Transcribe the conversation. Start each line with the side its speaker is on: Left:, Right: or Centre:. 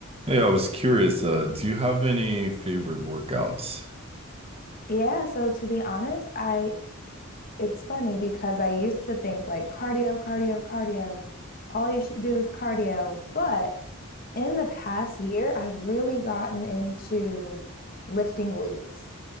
Right: Hey, I was curious, uh, do you have any favorite workouts?
Left: Yeah, so to be honest, I it's funny because I used to think like cardio, cardio, cardio. All you should do is cardio. But in the past year, I've really gotten into lifting weights